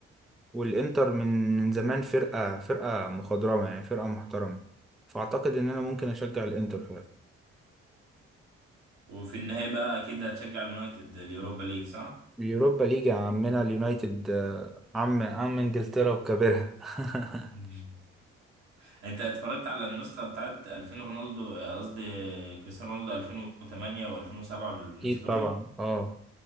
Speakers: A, in the centre; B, on the right.
A: والإنتر من من زمان فرقة فرقة مخضرمة يعني فرقة محترمة فأعتقد إن أنا ممكن أشجع الإنتر فعلا
B: وفي النهاية بقى أكيد هتشجع اليونايتد اليوروبا ليج صح؟
A: اليوروبا ليج يا عمنا اليونايتد آه، عم عم إنجلترا وكبرها <laughs>
B: مم. أنت اتفرجت على النسخة بتاعت 2000 رونالدو آه، قصدي كريستيانو رونالدو 2008 و2007 النسخة
A: أكيد طبعا
B: دي
A: أه